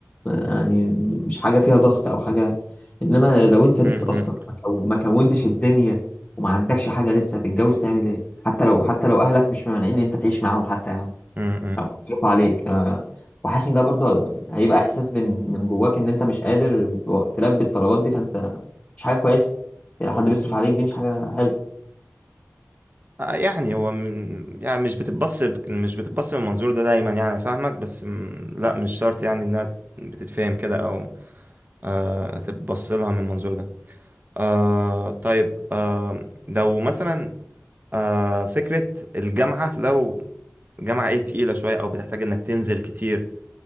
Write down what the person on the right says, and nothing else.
امم
امم
يعني هو م- يعني مش بتتبص ب- مش بتتبص من المنظور ده دايما يعني فاهمك بس م... لا مش شرط يعني انها بتتفهم كده او آه تتبص لها من المنظور ده آه طيب آه لو مثلا آه فكرة الجامعة لو جامعة ايه تقيلة شوية او بتحتاج انك تنزل كتير